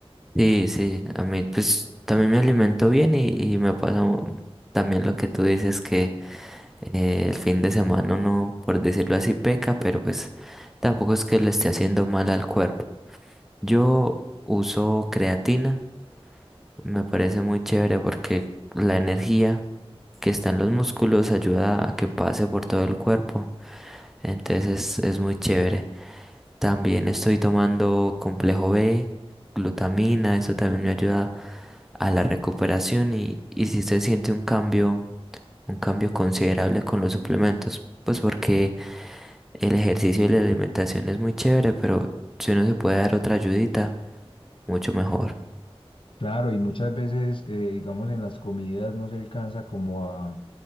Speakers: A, in the centre; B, on the left.
A: Sí, sí, a mí pues también me alimento bien y, y me pasa mu- también lo que tú dices que eh, el fin de semana uno, por decirlo así, peca, pero pues tampoco es que le esté haciendo mal al cuerpo. Yo uso creatina, me parece muy chévere porque la energía que está en los músculos ayuda a que pase por todo el cuerpo, entonces es, es muy chévere. También estoy tomando complejo B, glutamina, eso también me ayuda a la recuperación y, y si se siente un cambio un cambio considerable con los suplementos, pues porque el ejercicio y la alimentación es muy chévere, pero si uno se puede dar otra ayudita, mucho mejor.
B: Claro, y muchas veces, eh, digamos, en las comidas no se alcanza como a,